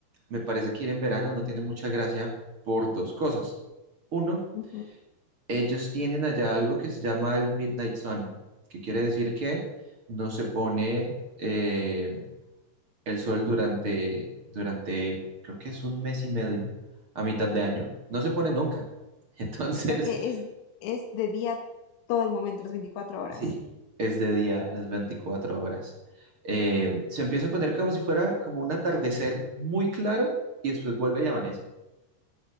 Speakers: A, on the right; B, on the left.
A: me parece que ir en verano no tiene mucha gracia por dos cosas. Uno,
B: Ujú.
A: ellos tienen allá algo que se llama el Midnight Sun, que quiere decir que no se pone... eh, el sol durante, durante, creo que es un mes y medio, a mitad de año. No se pone nunca. <laughs> Entonces,
B: O sea que es, es de día todo el momento, las 24 horas.
A: sí, es de día las 24 horas. Eh, se empieza a poner como si fuera como un atardecer muy claro y después vuelve y amanece.